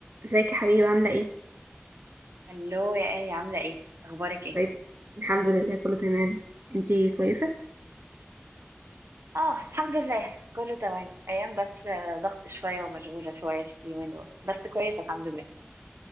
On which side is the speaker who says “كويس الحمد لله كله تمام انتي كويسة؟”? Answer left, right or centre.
Right